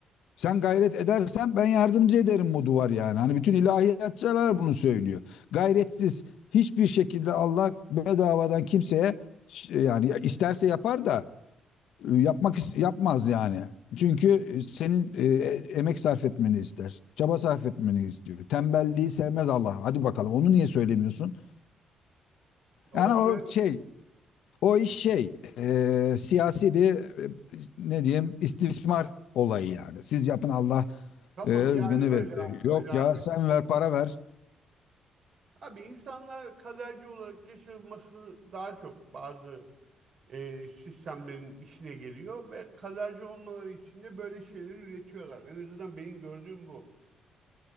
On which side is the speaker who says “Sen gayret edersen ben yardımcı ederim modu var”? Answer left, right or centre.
Left